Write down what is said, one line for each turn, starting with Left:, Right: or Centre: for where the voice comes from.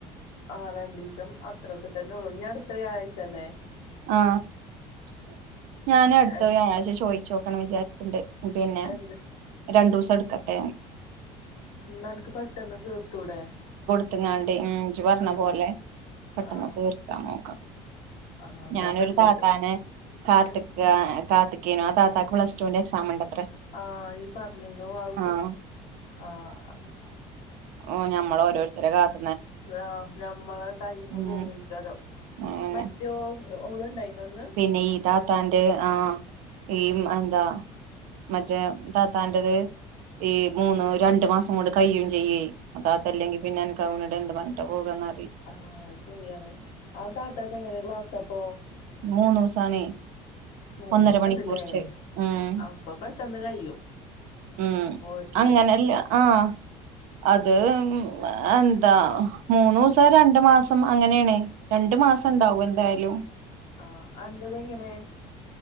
Left: ആ രണ്ടു ദിവസം അത്രൊക്കെ തന്നെ ഉള്ളു ഇനി അടുത്ത വ്യാഴാഴ്ച അല്ലേ
Right: ആ ഞാൻ അടുത്ത
Left: ഏഹ്
Right: വൃാഴായ്ച്ച ചോദിക്ക ചോക്കണം വിചാരിക്ക്‌ണ്ട് പിന്നെ
Left: എന്ത്
Right: രണ്ടു ദിവസം എടു കട്ടെ <unintelligible>
Left: ഇന്നാ അനക്ക്‌ പെട്ടെന്ന് തീർത്തൂടെ
Right: അപ്പ ഞാൻ ഉം ഇജ്ജ് പറഞ്ഞ
Left: ആഹ്
Right: പോലെ പെട്ടെന്ന്
Left: ആഹ്
Right: തീർക്കാൻ നോക്കണം
Left: ആഹ് അതാ
Right: ഞാനൊരു
Left: നല്ലത്
Right: താത്താനെ കാത്ത്ക്കാ
Left: ഉം
Right: കാത്ത് കാത്ത്ക്കേനി ആ താത്താക്ക് പ്ലടുവിന്റെ എക്സാം ഇണ്ട്
Left: ആഹ ഈ പറഞ്ഞീന്നു അത്
Right: ആഹ്
Left: ആഹ
Right: ഓ ഞമ്മള് ഓരോരുത്തരെ കാത്ത്
Left: ഹലോ ഞമ്മളെ ടൈമ്
Right: ഉം
Left: പോയിക്കാരം
Right: അങ്ങനെ
Left: മറ്റോ ഓള് ഇണ്ടായി വന്ന്
Right: പിന്നെ ഈ താത്താന്റെ ആ മം അന്താ മറ്റേ താത്താന്റെറത് ഈ മൂന്ന് രണ്ടു മാസം കൊണ്ട് കഴിയും ചെയ്യേ താത്ത അല്ലെങ്കിൽ പിന്നെ എനക്ക് അവനോട് എന്ത് പറഞ്ഞിട്ട പോക അറി
Left: ആഹ് അത് ശെരിയാണ് ആ താത്താക്ക് എങ്ങനെ ക്ലാസ്സ് അപ്പം?
Right: മൂന്നുസാണേ
Left: മൂന്നൂസം
Right: ഒന്നര മണിക്കൂറച്ച്
Left: ഇണ്ട്ല്ലേ
Right: ഉം
Left: അപ്പൊ പെട്ടെന്ന് കഴിയും
Right: ഉം
Left: ഓര്ത്
Right: അങ്ങനെല്ല ആഹ് അത് എന്താ മൂന്നുസം
Left: ഉം
Right: രണ്ടു മാ മസം അങ്ങനെയണേ. രണ്ടു മാസം
Left: അങ്ങനെ
Right: ഇണ്ടാവും എന്തായാലും.
Left: ആഹ് അന്റത് എങ്ങനെ?